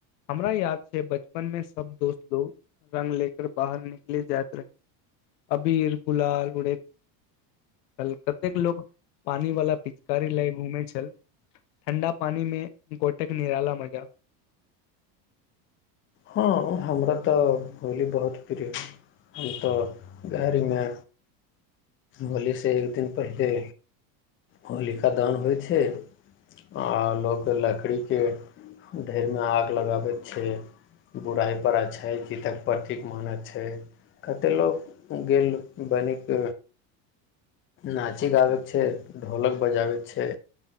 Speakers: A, on the left; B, on the left.
A: हमरा याद छै बचपन मे सब दोस्त लोक रंग ले कर बाहर निकले जाइत रहे अबीर गुलाल उेरैत कल कतेक लोक पानी वाला पिचकारी लय घूमे छल ठण्डा पानी मे गोटक निराला मजा
B: हँ हमरा तऽ होली बहुत प्रिय हम तऽ घरमे होलीसँ एक दिन पहिले होलिका दहन होइ छै आ लोक लकड़ीके ढेरमे आग लगाबै छै बुराई पर अच्छाई जीतक प्रतीक मानै छै कतेक लोक गेल बनिक नाची गाबै छै ढोलक बजाबैत छै